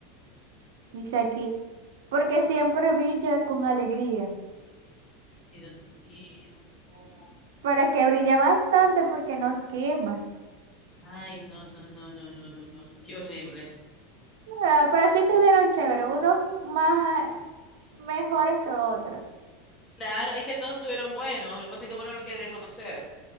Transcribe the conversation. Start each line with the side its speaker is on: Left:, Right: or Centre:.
Right: Dice aquí, porque siempre brilla con alegría.
Left: Dios mío, no.
Right: Para que brilla bastante porque nos quema.
Left: Ay, no, no, no, no, no, no, no, qué horrible.
Right: Ah, pero sí estuvieron chéveres, unos más mejores que otros.
Left: Claro, es que todos estuvieron buenos, lo que pasa es que bueno lo quiere reconocer.